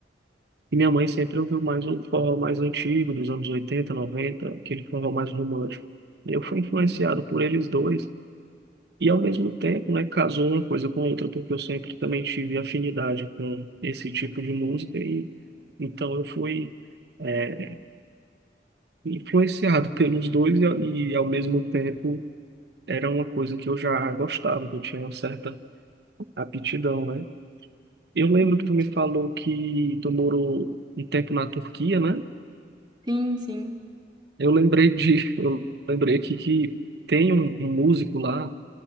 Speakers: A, on the right (about 70°); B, on the right (about 25°).
A: E minha mãe sempre ouviu mais um forró mais antigo, dos anos 80, 90, aquele forró mais romântico. Eu fui influenciado
B: uhum.
A: por eles dois. E ao mesmo tempo, né, casou uma coisa com a outra, porque eu sempre também tive afinidade com esse tipo de música. E então eu fui, é, influenciado <laughs> pelos dois e, ao e, ao mesmo tempo era uma coisa que eu já gostava, que eu tinha uma certa aptidão, né? Eu lembro
B: Entendi.
A: que tu me falou que tu morou um tempo na Turquia, né?
B: Sim, sim.
A: Eu lembrei de, eu lembrei aqui que tem um, um músico lá,